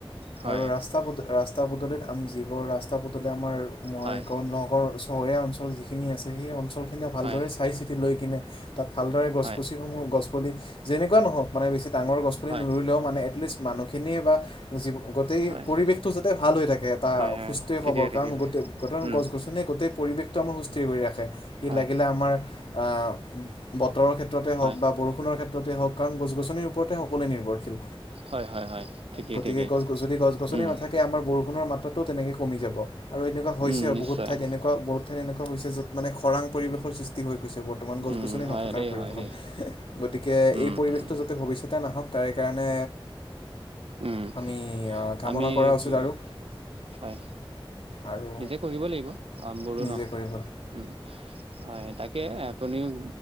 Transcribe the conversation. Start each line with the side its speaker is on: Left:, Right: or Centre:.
Right: হয়
Left: আৰু ৰাস্তা পদ ৰাস্তা পদূলিত আমি যিবোৰ ৰাস্তা পদূলি আমাৰ- মই
Right: হয়
Left: ক নগৰ চহৰীয়া অঞ্চল যিখিনি আছে সেই অঞ্চল খিনিয়ে ভালদৰে
Right: হয়
Left: চাই চিতি লৈ কিনে তাত ভালদৰে গছ
Right: হয়
Left: পছিসমূহ গছ পুলি যেনেকোৱা নহওক মানে বেছি- ডাঙৰ গছপুলি
Right: হয়
Left: নুৰুলেও মানে এটলিষ্ট মানুহখিনিয়ে বা যি গোটেই
Right: হয়
Left: পৰিৱেশটো যাতে ভাল হৈ থাকে এটা
Right: হয় হয়
Left: সুস্থিৰ
Right: ঠিকে
Left: খবৰ
Right: ঠিকে
Left: কাৰণ
Right: কৈছে
Left: গোটেই গ
Right: উম
Left: গছ গছনি গোটেই পৰিৱেশ সুস্থিৰ কৰি ৰাখে সি
Right: হয়
Left: লাগিলে আমাৰ আহ বতৰৰ ক্ষেত্ৰতে হওঁক
Right: হয়
Left: বা বতৰৰ ক্ষেত্ৰতে হওক কাৰণ গছনি ওপৰতে হওঁক সকলোৱে নিৰ্ভৰশীল
Right: হয় হয় হয় ঠিকেই
Left: গতিকে
Right: ঠিকেই
Left: গছ গছ যদি গছ গছনি
Right: উম
Left: নাথাকে আমাৰ বৰষুণ বৰষুণৰ মাত্ৰাটোও তেনেকৈ কমি যাব আৰু এনেকুৱা হৈছেও
Right: উম নিশ্চয়
Left: বহুত ঠাইত এনেকুৱা বহুত ঠাইত এনেকুৱা হৈছে য'ত মানে খৰাং পৰিৱেশৰ সৃষ্টি হৈ গৈছে বৰ্তমান গছ
Right: উম
Left: গছনি
Right: হয়
Left: নথকাৰ
Right: দেই
Left: পৰিৱেশত
Right: হয় দেই
Left: গতিকে
Right: উম
Left: এই পৰিৱেশটো
Right: উম
Left: যাতে ভৱিষ্যতে নাহক তাৰে কাৰণে
Right: উম
Left: আমি আহ কামনা
Right: আমি
Left: কৰা উচিত
Right: উম,
Left: আৰু
Right: হয়
Left: আৰু
Right: নিজে কৰিব লাগিব কাম বোৰো
Left: নিজে
Right: ন
Left: কৰিব
Right: উম হয় তাকে আপুনিও